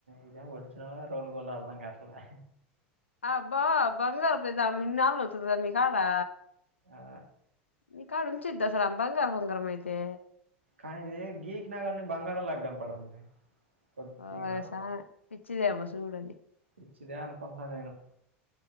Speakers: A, on the right; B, on the left.
A: ఇదేం ఒరిజినలా రోల్డ్ గోల్డ్ అర్థం కట్లే
B: ఆబా బంగారం దయితే ఆమె ఇన్నాళ్లు ఉంచుతాదా నీ కాడా
A: ఆ,
B: నీ కాడ ఉంచిదా అసల ఆమె బంగారు ఉంగరం మైతే
A: కానీ ఇది గీక్ నాగిని బంగారం లాగా కనపడుతుంది కొద్దిగా
B: ఓ
A: నల్ల
B: సామి పిచ్చిదేమో చూడు అది
A: పిచ్చిదే అనుకుంటున్న నేను